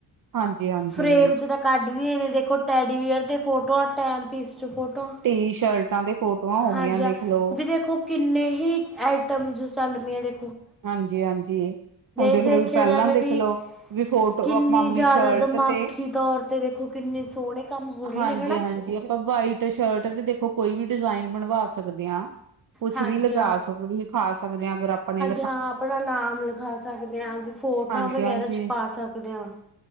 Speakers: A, on the right; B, in the centre.
A: ਹਾਂਜੀ-ਹਾਂਜੀ
B: ਫਰੇਮ ਚ ਤਾਂ ਕੱਢਦੀਆਂ ਨੇ ਦੇਖੋ ਟੈਡੀਵਅਰ ਦੇ ਫੋਟੋਆਂ ਟੈਮਪੀਸ ਫੋਟੋਆਂ
A: ਟੀ ਸ਼ਰਟਾਂ ਤੇ ਫੋਟੋਆਂ ਹੋ
B: ਹਾਂਜੀ
A: ਗਈਆਂ ਦੇਖਲੋ।
B: ਹ ਵੀ ਦੇਖੋ ਕਿੰਨੇ ਹੀ ਆਈਟਮ ਜ ਸਲਮੀਆਂ ਦੇ
A: ਹਾਂਜੀ ਹਾਂਜੀ ਹੁਣ ਦੇਖਲੋ
B: ਦੇਖਿਆ
A: ਵੀ ਪਹਿਲਾਂ
B: ਜਾਵੇ
A: ਦੇਖਲਓ,
B: ਵੀ
A: ਵੀ ਫੋਟੋ
B: ਕਿੰਨੀ
A: ਆਪਾਂ ਆਪਣੀ
B: ਜ਼ਿਆਦਾ
A: ਸ਼ਰਟ
B: ਦਿਮਾਗੀ
A: ਤੇ
B: ਤੌਰ ਤੇ ਦੇਖੋ ਕਿੰਨੇ ਸੋਹਣੇ ਕੰਮ ਹੋ ਰਹੇ
A: ਹਾਂਜੀ
B: ਨੇ ਹਨਾ
A: ਹਾਂਜੀ ਆਪਾਂ ਵਾਈਟ ਸ਼ਰਟ ਦੇ ਦੇਖੋ ਕੋਈ ਵੀ ਡਿਜ਼ਾਇਨ ਬਣਵਾ ਸਕਦੇ ਆ। ਕੁਛ
B: ਹਾਂਜੀ
A: ਵੀ ਲਗਾ ਸਕ, ਲਿਖਾ ਸਕਦੇ ਆ ਅਗਰ ਆਪਣੇ
B: ਜਾਂ ਆਪਣਾ ਨਾਮ ਲਿਖਾ ਸਕਦੇ ਆ ਵੀ ਫੋਟਾਂ
A: ਹਾਂਜੀ
B: ਵਗੈਰਾ
A: ਹਾਂਜੀ
B: ਛਪਾ ਸਕਦੇ ਆ।